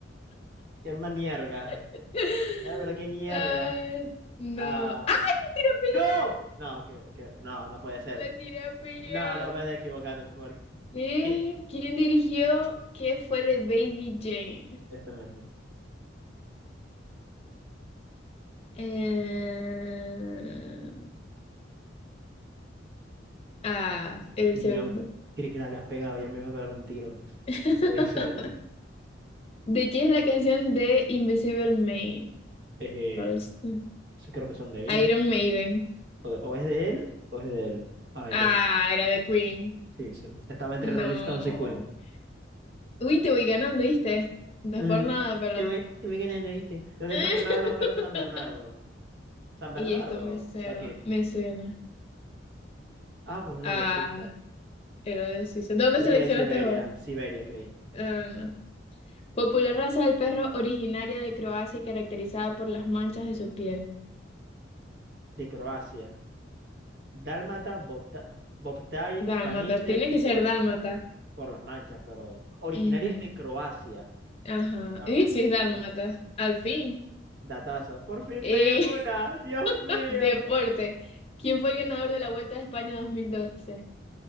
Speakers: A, on the right (about 60°); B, on the left (about 35°).
A: Gemma Nierga.
B: <laughs>
A: Eh, pero qué nierga.
B: Ay, no.
A: Ah,
B: ¡Ay, la tiré a pillar!
A: ¡no! No, que, que- no, no puede ser.
B: La tiré a pillar.
A: No, no puede ser equivocarte, por favor.
B: ¿Qué?
A: ¿Qué?
B: ¿Quién dirigió? ¿Qué fue de Baby Jane?
A: Esto mismo.
B: Eh... Ah, era
A: Dios
B: el segundo.
A: mío, creí que la habías pegado, ya me iba a pegar un tiro.
B: <laughs>
A: No puede ser.
B: ¿De quién es la canción de Invisible Man?
A: Eh,
B: Rolston.
A: sí, creo que son de ellos.
B: Iron Maiden.
A: O, o es de él, o es de él. Ay,
B: Ah,
A: de-
B: era de Queen.
A: sí, sí. Estaba entre
B: No.
A: Rolling Stones y Queen.
B: Uy, te voy ganando, ¿viste? No
A: Mm,
B: es por nada, pero.
A: Te voy, te voy ganando, ¿viste? ¿Dónde
B: <laughs>
A: son naturales los perros San Bernardo? San Bernardo,
B: Y esto me suena.
A: de aquí.
B: Me suena.
A: Ah, pues no,
B: Ah,
A: de Suiza.
B: era de Suiza. ¿De ¿Dónde
A: Creí
B: seleccionaste
A: que de Siberia,
B: vos?
A: Siberia, creí.
B: Ah, no. Popular raza del perro originaria de Croacia y caracterizada por las manchas de su piel.
A: De Croacia. Dálmata, bobta- bobtail,
B: Dálmata.
A: caniche,
B: Tiene
A: gole,
B: que ser dálmata.
A: por las manchas, pero originario
B: Ujú.
A: de Croacia.
B: Ajá.
A: Dálmata.
B: Y si es dálmata, al fin.
A: ajá. Datazo. Por fin
B: Eh,
A: pegué una. Dios mío.
B: <laughs> deporte. ¿Quién fue el ganador de la Vuelta de España 2012?